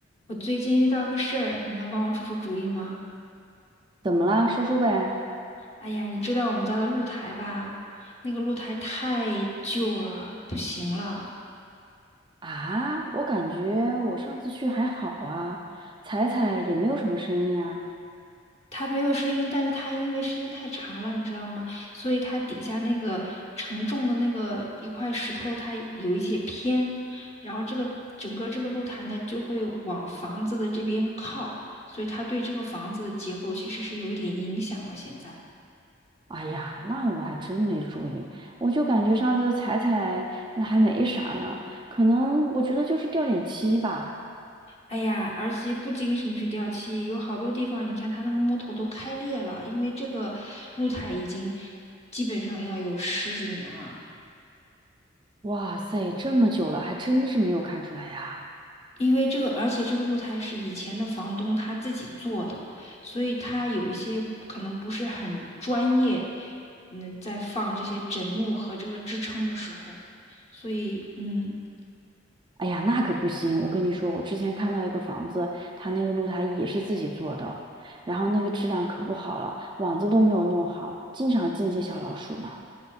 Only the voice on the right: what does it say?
怎么啦？说说呗。
啊，我感觉我上次去还好啊，踩踩也没有什么声音啊。
哎呀，那我还真没注意，我就感觉上次踩踩还没啥呢，可能我觉得就是掉点漆吧。
哇塞，这么久了还真是没有看出来呀。
哎呀，那可不行，我跟你说，我之前看到一个房子，它那个露台也是自己做的，然后那个质量可不好了，网子都没有弄好，经常进一些小老鼠呢。